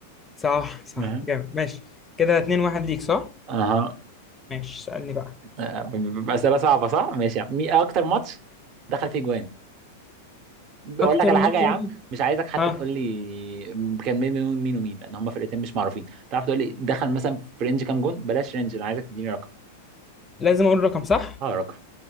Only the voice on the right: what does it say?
اها
اها
آه، أسئلة صعبة صح؟ ماشي يا عم مين أكتر ماتش دخل فيه جوان؟ بقول
لك على
حاجة يا عم مش عايزك حتى
تقول لي كان مين مين مين ومين لأن هما فرقتين مش معروفين تعرف تقول لي دخل مثلا في رينج كام جون؟ بلاش رينج أنا عايزك تديني رقم
اه رقم